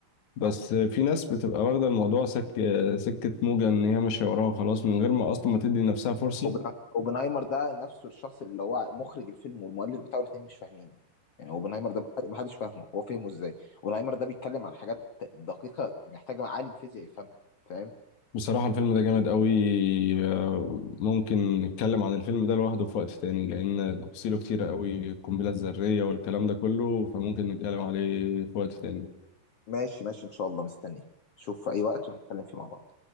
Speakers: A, on the left; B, on the left.
A: بس
B: يعني
A: في ناس بتبقى واخدة الموضوع سك سكة موجة إن هي ماشية وراها وخلاص من غير ما أصلا ما تدي نفسها فرصة
B: اوبنهايمر اوبنهايمر ده نفسه الشخص اللي هو مخرج الفيلم والمؤلف بتاعه الاثنين مش فاهمينه يعني اوبنهايمر ده ما حدش فاهمه هو فهمه ازاي اوبنهايمر ده بيتكلم عن حاجات دقيقة محتاجة عالم فيزياء يفهمها فاهم
A: بصراحة الفيلم ده جامد قوي آه، ممكن نتكلم عن الفيلم ده لوحده في وقت تاني لأن تفاصيله كتيرة قوي القنبلة الذرية والكلام ده كله فممكن نتكلم عليه في وقت تاني
B: ماشي ماشي ان شاء الله مستنيك شوف في اي وقت ونتكلم فيه مع بعض